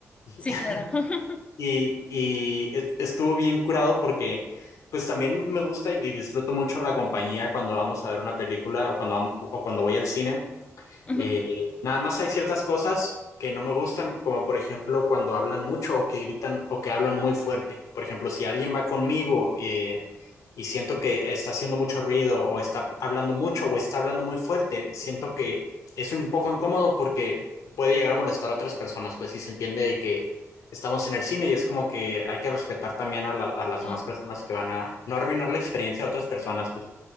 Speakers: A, on the left; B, on the left.
A: <laughs>
B: Sí, claro. <laughs>
A: Y, y e- estuvo bien curado porque pues también me gusta y disfruto mucho la compañía cuando vamos a ver una película o cuando, vam- o cuando voy al cine.
B: Ujú,
A: Eh, nada más hay ciertas cosas que no me gustan, como por ejemplo cuando hablan mucho o que gritan o que hablan muy fuerte. Por ejemplo, si alguien va conmigo eh, y siento que está haciendo mucho ruido o está hablando mucho o está hablando muy fuerte, siento que es un poco incómodo porque puede llegar a molestar a otras personas, pues si se entiende de que estamos en el cine y es como que hay que respetar también a, la- a las
B: Sí.
A: demás personas que van a no arruinar la experiencia de otras personas, pues.